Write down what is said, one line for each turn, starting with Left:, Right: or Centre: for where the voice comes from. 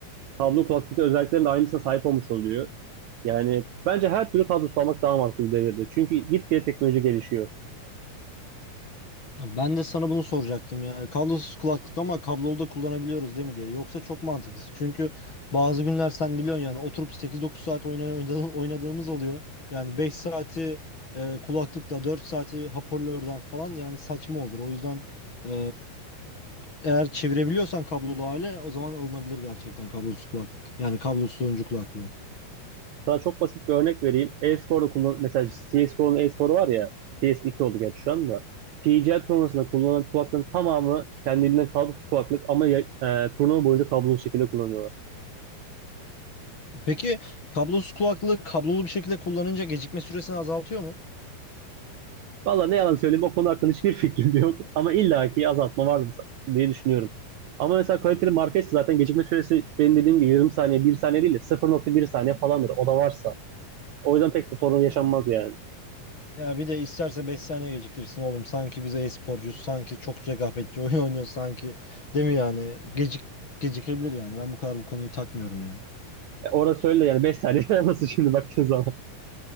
Right: kablolu kulaklıktaki özelliklerin de aynısına sahip olmuş oluyor. Yani bence her türlü kablosuz almak daha mantıklı bu devirde. Çünkü gitgide teknoloji gelişiyor.
Left: Ben de sana bunu soracaktım ya. Kablosuz kulaklık ama kablolu da kullanabiliyoruz değil mi diye. Yoksa çok mantıksız. Çünkü bazı günler sen biliyorsun yani oturup sekiz dokuz saat oyna- oyna- oynadığımız oluyor. Yani 5 saati e, kulaklıkla 4 saati hoparlörden falan yani saçma olur. O yüzden e, eğer çevirebiliyorsan kablolu hale o zaman alınabilir gerçekten kablosuz kulaklık. Yani kablosuz oyuncu kulaklığı.
Right: Sana çok basit bir örnek vereyim. E-sporda kullan mesela CS:GO'nun e-sporu var ya CS2 oldu gerçi şu anda. PGL turnuvasında kullanılan kulaklığın tamamı kendiliğinden kablosuz kulaklık ama ya- e, turnuva boyunca kablosuz şekilde kullanıyorlar.
Left: Peki kablosuz kulaklığı kablolu bir şekilde kullanınca gecikme süresini azaltıyor mu?
Right: Valla ne yalan söyleyeyim o konu hakkında hiçbir fikrim yok. Ama illaki azaltma vardır diye düşünüyorum. Ama mesela kaliteli market zaten gecikme süresi benim dediğim gibi yarım saniye, bir saniye değil de sıfır nokta bir saniye falandır. O da varsa. O yüzden pek de sorun yaşanmaz
Left: Ha.
Right: yani.
Left: Ya bir de isterse 5 saniye geciktirsin oğlum. Sanki biz e-sporcuyuz. Sanki çok rekabetçi <laughs> oyun oynuyor sanki. Değil mi yani? Gecik gecikebilir yani. Ben bu kadar bu konuyu takmıyorum ya.
Right: E, orada söyle yani 5 saniye <laughs> nasıl şimdi baktığın zaman.